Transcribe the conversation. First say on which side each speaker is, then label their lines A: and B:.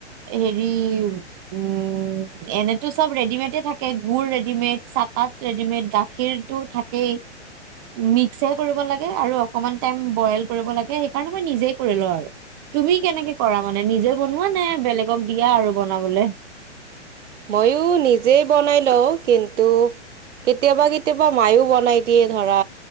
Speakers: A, on the right; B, on the right.
A: হেৰি উম, ' এনেতো চব ৰেডিমেটে থাকে গুৰ -ৰেডিমেট। চাহপাত, ৰেডিমেড গাখীৰটো থাকেই। মিস্কহে কৰিব লাগে আৰু অকমান টাইম বইল কৰিব লাগে, সেইকাৰণে মই নিজে কৰি লওঁ আৰু তুমি কেনেকে কৰা? মানে, নিজে বনোৱা নে', বেলেগক দিয়া আৰু বনাবলে?
B: ময়ো নিজে বনাই লওঁ, কিন্তু কেতিয়াবা- -কেতিয়াবা মাইও বনাই দিয়ে। ধৰা